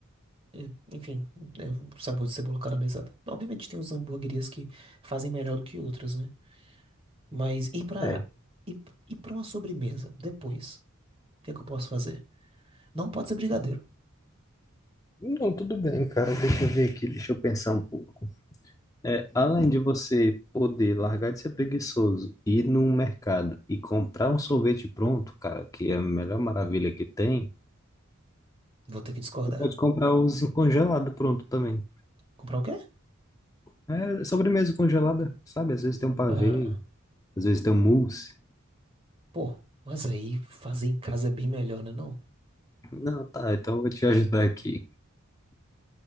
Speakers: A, on the right; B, on the left.
A: é, enfim, é o sabor de cebola caramelizada. Obviamente tem uns hambúrguerias que fazem melhor do que outras, né? Mas e pra,
B: É,
A: e, e pra uma sobremesa, depois, o que é que eu posso fazer? Não pode ser brigadeiro.
B: não, tudo bem, cara. Deixa eu ver aqui, deixa eu pensar um pouco. É, além de você poder largar de ser preguiçoso, ir num mercado e comprar um sorvete pronto, cara, que é a melhor maravilha que tem,
A: Vou ter que discordar.
B: você pode comprar os congelados pronto também.
A: Comprar o quê?
B: É sobremesa congelada, sabe? Às vezes tem um pavê,
A: Ah,
B: às vezes tem um mousse.
A: pô, mas aí fazer em casa é bem melhor, né, não?
B: Não, tá, então eu vou te <laughs> ajudar aqui.